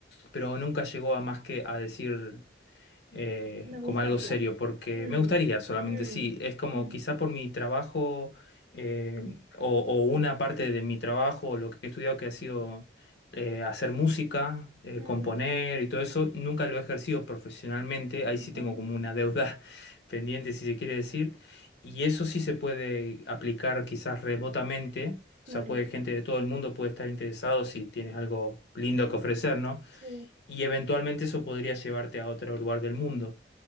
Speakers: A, on the left; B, on the right.
A: pero nunca llegó a más que a decir eh,
B: Me gustaría.
A: como algo serio, porque
B: Mm,
A: me gustaría solamente,
B: mm,
A: sí, es como
B: mm,
A: quizá por mi trabajo eh, o, o una parte de mi trabajo, o lo que he estudiado que ha sido eh, hacer música, eh,
B: mm.
A: componer y todo eso, nunca lo he ejercido profesionalmente, ahí
B: Ya,
A: sí tengo como una deuda <laughs> pendiente, si se quiere decir, y eso sí se puede aplicar quizás remotamente. O
B: claro.
A: sea, puede gente de todo el mundo puede estar interesado si tienes algo lindo que ofrecer, ¿no?
B: Sí.
A: y eventualmente eso podría llevarte a otro lugar del mundo.